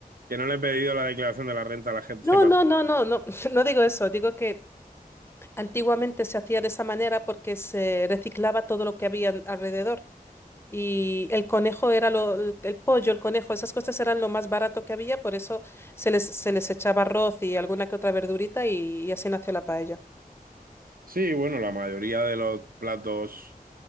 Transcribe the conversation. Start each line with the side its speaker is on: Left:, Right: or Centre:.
Right: Que no le he pedido la declaración de la renta a la gente
Left: No,
Right: pasada.
Left: no, no, no, no, <laughs> no digo eso. Digo que antiguamente se hacía de esa manera porque se reciclaba todo lo que había en- alrededor. Y el conejo era lo, el, el pollo, el conejo, esas cosas eran lo más barato que había, por eso se les, se les echaba arroz y alguna que otra verdurita y, y así nació la paella.
Right: Sí, bueno, la mayoría de los platos